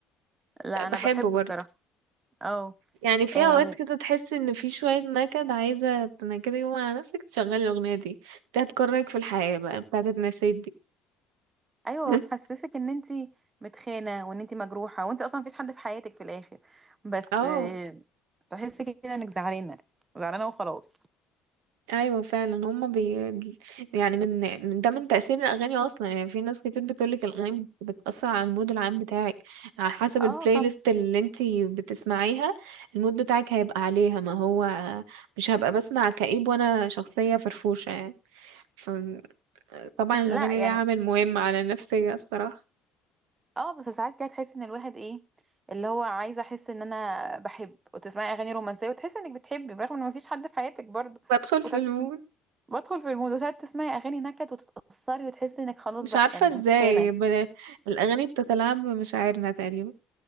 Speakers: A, on the right; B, on the right.
A: لا انا
B: بحبه
A: بحبه
B: برضه
A: الصراحه اه
B: يعني في
A: آه،
B: اوقات كده تحس ان في شوية نكد عايزة تنكدي يوم على نفسك تشغلي الاغنية دي دي هتكرهك في الحياة بقى بتاعت النسيت دي
A: ايوه
B: <laughs>
A: بتحسسك ان انت متخانه وان انت مجروحه وانت اصلا مفيش حد في حياتك في الاخر بس
B: اه
A: آه، تحسي كده انك زعلانه زعلانه وخلاص
B: ايوه فعلا هما بي يعني من من ده من تأثير الاغاني اصلا يعني في ناس كتير بتقولك الاغاني بتأثر على المود العام بتاعك على حسب
A: اه
B: البلاي
A: طبعا
B: ليست اللي انتي بتسمعيها المود بتاعك هيبقى عليها ما هو مش هبقى بسمع كئيب وانا شخصية فرفوشة يعني فطبعا الاغاني
A: لا يعني
B: ليها عامل مهم على النفسية الصراحة
A: اه بس ساعات كده تحسي ان الواحد ايه اللي هو عايزه احس ان انا بحب وتسمعي اغاني رومانسيه وتحسي انك بتحبي برغم ان مفيش حد في حياتك برضه
B: بدخل في
A: وساعات
B: المود
A: تسمعي بدخل في المود وساعات تسمعي اغاني نكد وتتاثري وتحسي انك خلاص
B: مش
A: بقى
B: عارفة
A: يعني
B: ازاي
A: متخانه
B: ب... الاغاني بتتلاعب بمشاعرنا تقريبا